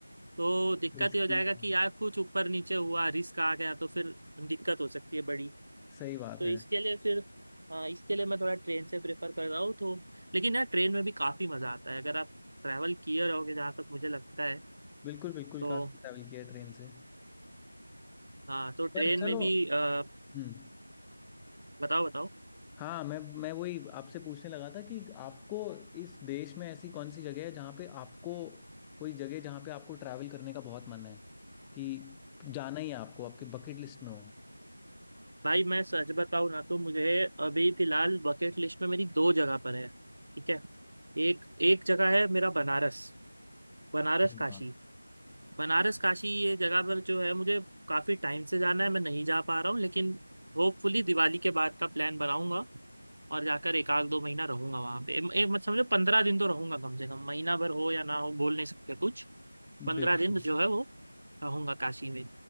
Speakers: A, on the right; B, in the centre.
A: तो दिक्कत
B: <laughs> रिस्की
A: ये हो जाएगा
B: है
A: कि यार कुछ ऊपर नीचे हुआ रिस्क आ गया तो फिर दिक्कत हो सकती है बड़ी
B: सही बात
A: तो
B: है
A: इसके लिए फिर हाँ इसके लिए मैं थोड़ा ट्रेन से प्रेफर कर रहा हूँ तो लेकिन यार ट्रेन में भी काफ़ी मज़ा आता है अगर आप ट्रैवल किए रहोगे जहाँ तक मुझे लगता है
B: बिल्कुल बिल्कुल
A: तो
B: काफ़ी ट्रैवल किया ट्रेन से
A: हाँ तो ट्रेन
B: पर चलो
A: में भी अ,
B: हम्म
A: बताओ बताओ
B: हाँ मैं मैं वही आपसे पूछने लगा था कि आपको इस देश में ऐसी कौन सी जगह है जहाँ पे आपको कोई जगह जहाँ पे आपको ट्रैवल करने का बहुत मन है कि जाना ही है आपको आपकी बकेट लिस्ट में हो
A: भाई मैं सच बताऊँ ना तो मुझे अभी फिलहाल बकेट लिस्ट में मेरी दो जगह पर है ठीक है एक एक जगह है मेरा बनारस बनारस
B: अरे
A: काशी
B: वाह
A: बनारस काशी ये जगह पर जो है मुझे काफ़ी टाइम से जाना है मैं नहीं जा पा रहा हूँ लेकिन होपफुली दिवाली के बाद का प्लान बनाऊंगा और जाकर एक आध दो महीना रहूंगा वहां पे एक एक मत समझो पंद्रह दिन तो रहूंगा कम से कम महीना भर हो या ना हो बोल नहीं सकते कुछ पंद्रह
B: बिल्कुल
A: दिन जो है वो रहूंगा काशी में